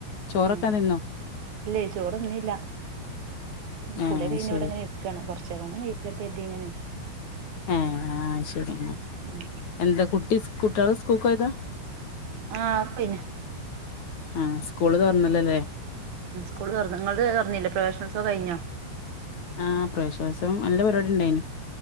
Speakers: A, on the left; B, on the right.
A: ചോറൊക്കെ
B: ഉം
A: തിന്നോ
B: ഇല്ലേ ചോറൊന്നുംല്ല ഉ
A: ഏഹ്
B: കുളി
A: അയ്ശരി
B: കഴിഞ്ഞവിടെങ്ങനെ എടുക്കാണ് കുറച്ചൂ കട്ട് എതി ഇങ്ങനെ
A: ആ ആ ശരി
B: ഉം
A: എന്താ കുട്ടി കുട്ടള സ്കൂക്കോയതാ
B: ആ അപ്പയിന്നെ
A: ആ സ്കൂള് തുറന്നല്ലല്ലേ
B: സ്കൂൾറഞ്ഞു നിങ്ങ തുറഞ്ഞില്ലേ പ്രൊഫഷണൽസോ കഴിഞ്ഞോ
A: ആ പ്രേശ്വാസം നല്ല പരിപാടി ഉണ്ടായിനു